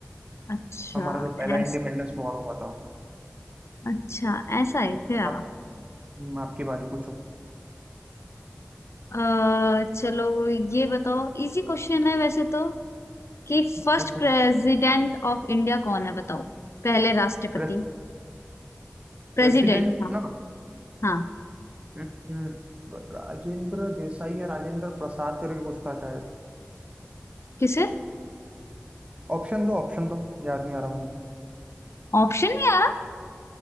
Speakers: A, on the left; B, on the right.
A: अच्छा
B: हमारा जो पहला
A: ऐस
B: इंडिपेंडेंस वॉर हुआ था
A: अच्छा ऐसा है क्या
B: आप हम्म, आपकी बारी पूछो
A: अ, चलो ये बताओ इजी क्वेश्चन है वैसे तो कि फर्स्ट
B: पूछो
A: प्रेसिडेंट ऑफ इंडिया कौन है बताओ पहले राष्ट्रपति
B: प्रे,
A: प्रेसिडेंट
B: प्रेसिडेंट
A: था
B: ना
A: हाँ
B: हम्म, राजेंद्र देसाई या राजेंद्र प्रसाद करके कुछ था शायद
A: किसे
B: ऑप्शन दो ऑप्शन दो याद नहीं आ रहा मुझे
A: ऑप्शन नहीं आ